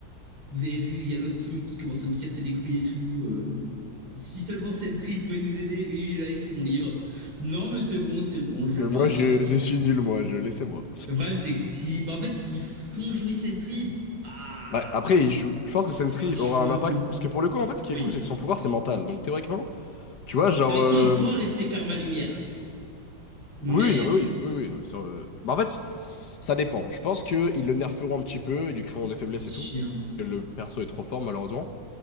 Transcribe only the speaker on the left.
Mais
moi, je, je suis nul, moi. Je laissez-moi.
Bah, après, je, je pense que
Sentry
aura un impact. Parce que pour le coup, en fait, ce qui
est cool, c'est que son pouvoir, c'est mental. Donc, théoriquement, tu vois, genre.
euh,
Oui, oui, non, mais oui, oui, oui. non, mais ça, euh, bah, en fait, ça dépend. Je pense qu'ils le nerferont un petit peu, ils lui créeront des faiblesses
et tout. Que le perso est trop fort, malheureusement.